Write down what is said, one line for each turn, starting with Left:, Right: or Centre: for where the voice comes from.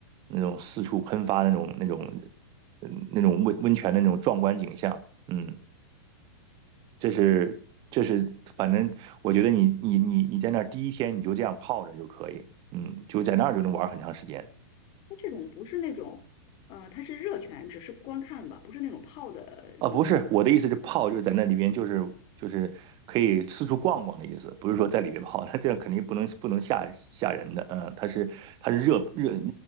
Right: 那种四处喷发那种那种嗯那种温温泉的那种壮观景象，嗯，这是这是反正我觉得你你你你在那儿第一天你就这样泡着就可以，嗯，就在那儿就能玩很长时间。
Left: 它这种不是那种，呃，它是热泉，只是观看吧，不是那种泡的，
Right: 啊，
Left: 你，
Right: 不是，
Left: 你嗯，
Right: 我的意思是泡就是在那里边，就是就是可以四处逛逛的意思，不是说在里边泡，它这样肯定不能不能吓吓人的，嗯，它是它是热热